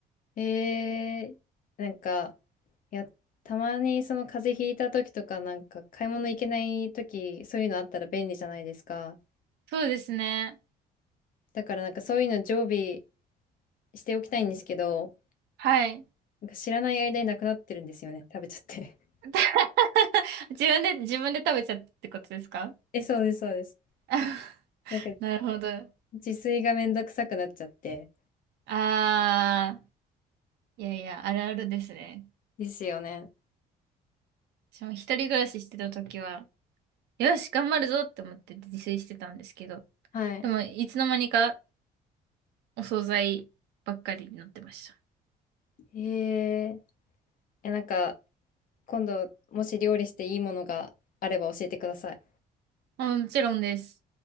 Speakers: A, on the left (about 55°); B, on the right (about 80°).
A: ええなんか、いや、たまにその風邪ひいた時とか、なんか買い物行けない時、そういうのあったら便利じゃないですか。
B: そうですね。
A: だからなんかそういうの常備しておきたいんですけど、
B: はい。
A: なんか知らない間になくなってるんですよね。食べちゃって。
B: <laughs> 自分で、自分で食べちゃってってことですか
A: <laughs> え、そうです、そうです。
B: <laughs>
A: なんか
B: なるほど。
A: 自炊がめんどくさくなっちゃって。
B: あー、いやいや、あるあるですね。
A: ですよね。
B: 私も一人暮らししてた時は、よし、頑張るぞって思って自炊してたんですけど、
A: はい。
B: でも、いつの間にかお惣菜ばっかりになってました。
A: えーえいや、なんか、今度、もし料理していいものがあれば教えてください。
B: あもちろんです。